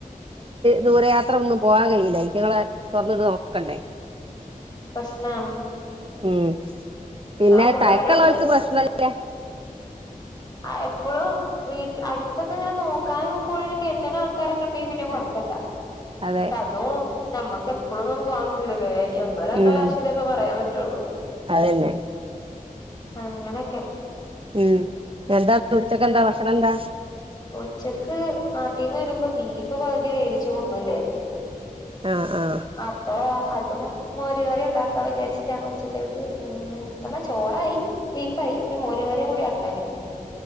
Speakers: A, on the right; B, on the left.
A: ദൂരയാത്ര ഒന്നും പോവാൻ കയ്യൂല ഐറ്റങ്ങളെ. തൊർന്ന്ട്ട് നോക്കണ്ടേ
B: പ്രശ്നാണ്
A: ഉം പിന്നെ
B: എന്നാ ഉപകാരം
A: തയക്കള്ളോര്ക്ക്.
B: ഉണ്ട്
A: പ്രശ്നല്ല്യ
B: ആ. എപ്പളോ വീട്ടിൽ അട്ത്തക്ക ഇങ്ങനെ നോക്കാനും കൊഴിനെ കേറ്റാന് ആൾക്കാരക്കെണ്ടെങ്കി. പിന്നെ കൊഴപ്പല്ല പക്ഷെ
A: അതെ
B: അതും. ഞമ്മക്ക് എപ്പളൊന്നു പോവാം പറ്റുലല്ലേ. എന്നോ രണ്ടോ
A: ഉം
B: പ്രാശ്യല്ലേ. ഇപ്പൊ പറയാം പറ്റൊള്ളു..
A: അതന്നെ
B: അങ്ങനക്കെ
A: ഉം എന്താ ഉച്ചക്കന്താ. ഭക്ഷണ എന്താ
B: ഉച്ചക്ക് നാട്ടീന്ന് വരുമ്പം ബീഫ് പവുതി. വേവിച്ച്. കൊടുന്നുണ്ടെയ്‌ര്ന്നു..
A: ആ ആ
B: അപ്പൊ അതും. മോര് കറി ഉണ്ടാക്കാ. വിചാരിച്ചിട്ടാണ് ഉച്ചക്കൽക്ക്. ഉം അന്നാ ചോറായി ബീഫായി ഇഞ്ഞി. മോര് കറി കൂടി ആക്കാന്ണ്ട്